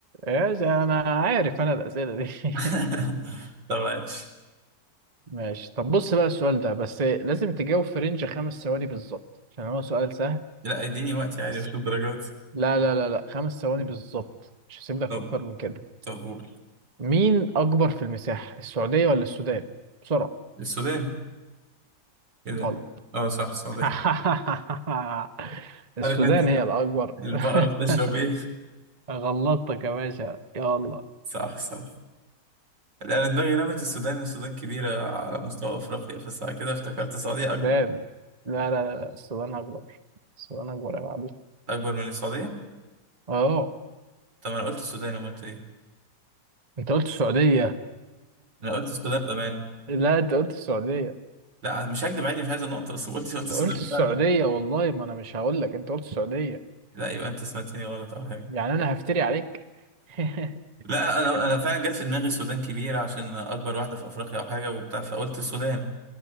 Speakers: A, on the right (about 25°); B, on the right (about 80°).
A: إيش أنا عارف أنا الأسئلة دي <laughs>
B: <laughs> طب ماشي
A: ماشي طب بص بقى السؤال ده بس لازم تجاوب في رينج خمس ثواني بالظبط عشان هو سؤال سهل
B: لا اديني وقتي عادي
A: بس
B: مش الدرجات دي
A: لا لا لا لا خمس ثواني بالظبط مش هسيب لك
B: طب
A: أكتر من كده
B: طب قول
A: مين أكبر في المساحة السعودية ولا السودان بسرعة
B: السودان كده
A: غلط
B: اه صح السودان
A: <laughs> السودان
B: عارف انت
A: هي الأكبر
B: البقرة
A: <laughs>
B: بتشرب ايه
A: غلطتك يا باشا يلا
B: صح صح لا، انا دماغي رمت السودان السودان كبيرة على مستوى افريقيا بس بعد كده افتكرت السعودية اكبر
A: السودان لا لا لا لا، السودان أكبر السودان أكبر يا معلم
B: اكبر من السعودية
A: أهو
B: طب ما انا قلت السودان امال انت ايه
A: أنت قلت السعودية
B: انا قلت السودان بامان
A: <laughs> لا أنت قلت السعودية
B: لا مش هكدب عادي مش عايز النقطة بس قلت قلت السودان
A: قلت السعودية
B: فعلا
A: والله ما أنا مش هقول لك أنت قلت السعودية
B: لا يبقى انت سمعتني غلط او حاجة
A: يعني أنا هفتري عليك <laughs>
B: لا انا انا فعلا جت في دماغي السودان كبيرة عشان اكبر واحدة في افريقيا او حاجة وبتاع فقلت السودان